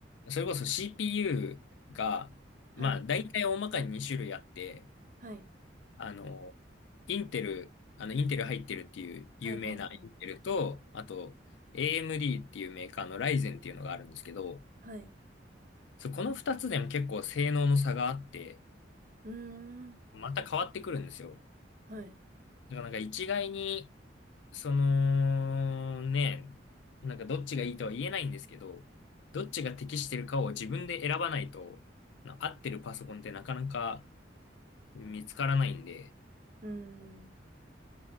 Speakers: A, on the left; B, on the right.
A: それこそ CPU が、
B: はい。
A: まあ大体大まかに2種類あって、
B: はい。
A: あの、インテル、あの、インテル入ってるっていう有名なインテルと、
B: はいはいはい。
A: あと、AMD っていうメーカーのライゼンっていうのがあるんですけど、
B: はい。
A: そう、この二つでも結構性能の差があって、
B: うーん。
A: また変わってくるんですよ。
B: はい。
A: だからなんか一概に、その、ね、なんかどっちがいいとは言えないんですけど、どっちが適してるかを自分で選ばないと、な合ってるパソコンってなかなか見つからないんで、
B: うーん。